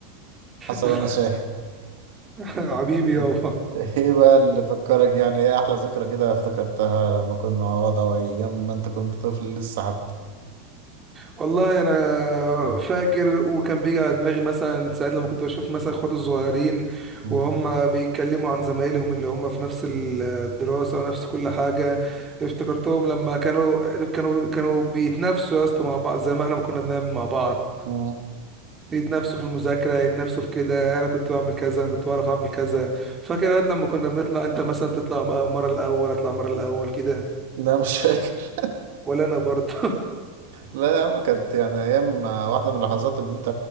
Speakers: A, on the right; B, on the right.
A: حصل
B: <laughs>
A: وأنا شاهد
B: حبيبي يابا
A: <laughs> ايه بقى اللي فكرك يعني ايه أحلى ذكرى كده افتكرتها لما كنا مع بعض أو أيام ما أنت كنت طفل لسه حتى
B: والله انا فاكر وكان بيجي على دماغي مثلا ساعات لما كنت بشوف مثلا اخواتي الصغيرين
A: مم.
B: وهم بيتكلموا عن زمايلهم اللي هم في نفس الدراسة ونفس كل حاجة افتكرتهم لما كانوا كانوا كانوا بيتنافسوا يا اسطى مع بعض زي ما احنا كنا بنعمل مع بعض
A: مم.
B: يتنافسوا في المذاكرة يتنافسوا في كده أنا كنت بعمل كذا أنا كنت بعرف أعمل كذا فاكر يا واد لما كنا بنطلع أنت مثلا تطلع مرة الأول أطلع مرة الأول كده
A: لا مش فاكر
B: ولا أنا برضه
A: لا يا عم كانت يعني أيام واحدة من اللحظات اللي أنت